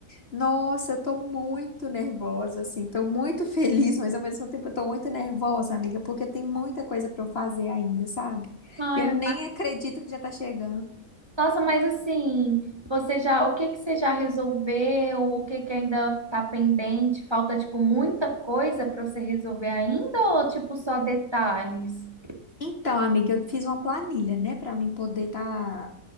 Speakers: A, on the left; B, on the right.
A: Nossa, eu tô muito nervosa, assim. Tô muito <laughs> feliz, mas ao mesmo tempo eu tô muito nervosa, amiga, porque tem muita coisa pra eu fazer ainda, sabe?
B: Ai,
A: Eu nem
B: eu-
A: acredito que já tá chegando.
B: nossa, mas assim, você já, o que que você já resolveu? O que que ainda tá pendente? Falta, tipo, muita coisa para você resolver ainda ou, tipo, só detalhes?
A: Então, amiga, eu fiz uma planilha, né, para mim poder estar